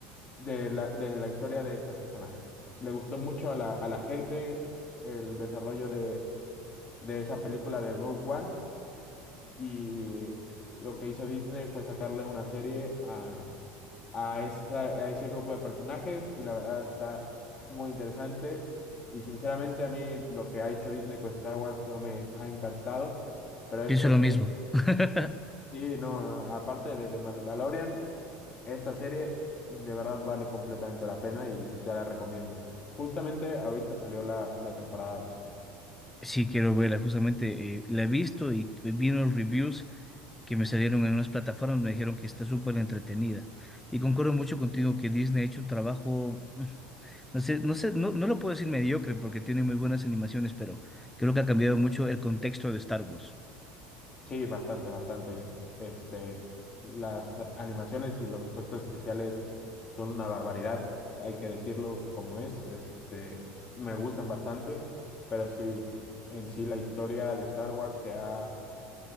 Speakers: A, on the left (about 25°); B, in the centre.
A: de la, de la historia de este personaje. Le gustó mucho a la, a la gente el desarrollo de, de esa película de Rogue One y lo que hizo Disney fue sacarle una serie a, a, esa- a ese grupo de personajes y la verdad está muy interesante y sinceramente a mí lo que ha hecho Disney con Star Wars no me ha encantado pero esta
B: Pienso lo
A: serie
B: mismo. <laughs>
A: Sí, no, no, no, aparte de, de Mandalorian, esta serie de verdad vale completamente la pena y te la recomiendo. Justamente ahorita salió la, la temporada dos.
B: Sí, quiero verla, justamente eh, la he visto y vi unos reviews que me salieron en unas plataformas, me dijeron que está súper entretenida. Y concuerdo mucho contigo que Disney ha hecho un trabajo. No sé, no sé, no, no lo puedo decir mediocre porque tiene muy buenas animaciones, pero creo que ha cambiado mucho el contexto de Star Wars.
A: Sí, bastante, bastante. Este, las animaciones y los efectos especiales son una barbaridad, hay que decirlo como es. Este, me gustan bastante, pero sí, en sí la historia de Star Wars se ha